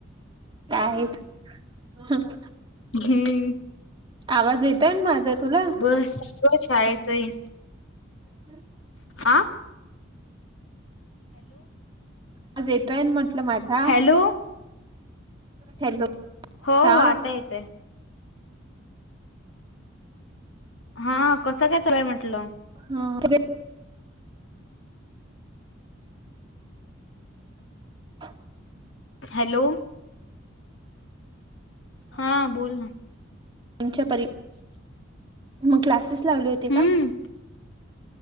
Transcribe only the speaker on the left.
हम्म
बस शाळेचही
आ
हॅलो
हो
हो आता येतय हा कस काय चालुय म्हटलं
हॅलो हा बोल ना
<inaudible>
हम्म